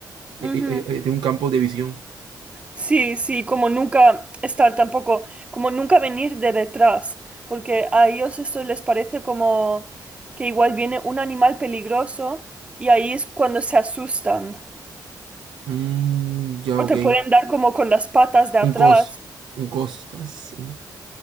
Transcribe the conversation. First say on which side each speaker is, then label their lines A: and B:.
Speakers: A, on the right (about 15°); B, on the right (about 80°).
A: Ujú.
B: Eh, eh, eh, tiene un campo de visión.
A: Sí, sí, como nunca estar tampoco, como nunca venir de detrás, porque a ellos esto les parece como que igual viene un animal peligroso y ahí es cuando se asustan.
B: Mm, ya,
A: O
B: ok.
A: te pueden dar como con las patas de atrás.
B: Un cos. Un cos. Estás. un-